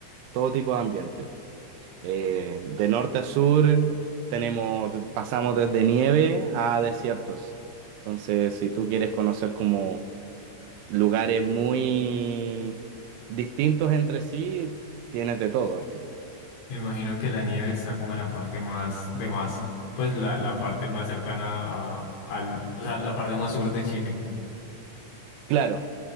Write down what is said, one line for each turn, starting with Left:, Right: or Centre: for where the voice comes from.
Right: todo tipo de ambiente. Eh, de norte a sur tenemos, pasamos desde nieve a desiertos. Entonces, si tú quieres conocer como lugares muy distintos entre sí, tienes de todo aquí.
Left: Me imagino que la nieve está como en la parte más de más, pues la, la parte más cercana a, al, o sea, la parte más sur de Chile.
Right: Claro.